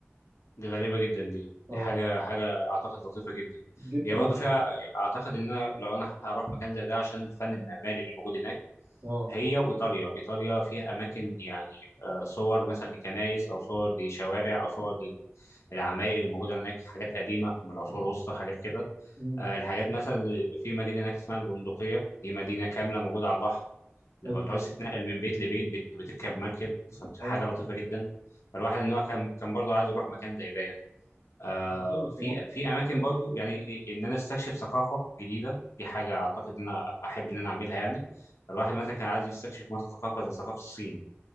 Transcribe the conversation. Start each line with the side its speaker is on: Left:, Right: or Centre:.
Left: دي غريبة جدا دي
Right: اه
Left: دي حاجة حاجة أعتقد لطيفة جدا
Right: جدا
Left: هي برضه
Right: بصراحه
Left: فيها أعتقد إن أنا لو أنا هروح مكان زي ده عشان الفن المعماري اللي موجود هناك
Right: اه
Left: هي وإيطاليا إيطاليا فيها أماكن يعني آه، صور مثلا لكنايس أو صور لشوارع أو صور للعماير اللي موجودة هناك حاجات قديمة من العصور الوسطى حاجات كده
Right: امم
Left: آه، الحاجات مثلا اللي- في مدينة هناك اسمها البندقية دي مدينة كاملة موجودة على البحر لما
Right: حلو
Left: تعوز
Right: ده
Left: تتنقل من بيت لبيت بت- بتركب مركب فحاجة
Right: اه
Left: لطيفة جدا فالواحد إن هو كان كان برضه عايز يروح مكان زي ده يعني. آه،
Right: ده حلو بصراحه
Left: في في اماكن برضو يعني إيه، ان انا استكشف ثقافه جديده دي حاجه اعتقد ان انا احب ان انا اعملها يعني الواحد مثلا كان عايز يستكشف مثلا ثقافه زي ثقافه الصين